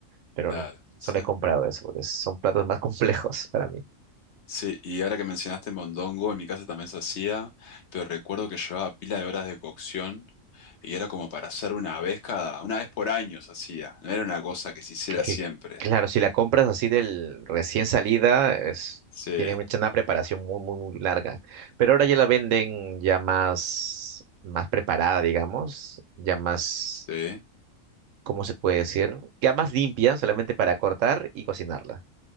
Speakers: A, on the right; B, on the left.
A: Pero
B: Claro,
A: no, solo
B: sí.
A: he comprado eso, porque son platos más <laughs> complejos para mí. <laughs>
B: Sí, y ahora que mencionaste mondongo, en mi casa también se hacía, pero recuerdo que llevaba pila de horas de cocción y era como para hacer una vez cada, una vez por año se hacía, no era una cosa que se hiciera
A: Que,
B: siempre.
A: claro, si la compras así del recién salida, es,
B: Sí,
A: tiene mucha una preparación muy, muy, muy larga. Pero ahora ya la venden ya más, más preparada, digamos, ya más,
B: sí.
A: ¿cómo se puede decir? Ya más limpia, solamente para cortar y cocinarla.